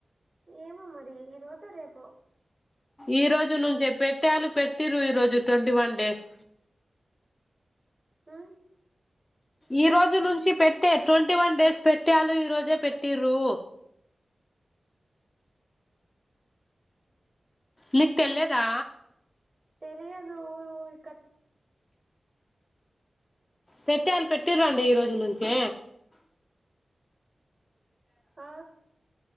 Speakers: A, on the right; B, on the left.
A: ఏమో మరి ఈ రోజో రేపో
B: ఈ రోజు నుంచే పెట్టాళ్ళు, పెట్టిరృ ఈ రోజు ట్వంటీ వన్ డేస్.
A: మ్మ్
B: ఈ రోజు నుంచి పెట్టే ట్వంటీ వన్ డేస్ పెట్టాలు ఈ రోజే పెట్టిర్రు నీక్ తెల్ లేదా
A: తెలియదూ ఇక
B: పెట్టాళ్ పెట్టిరండి ఈ రోజు నుంచే
A: ఆ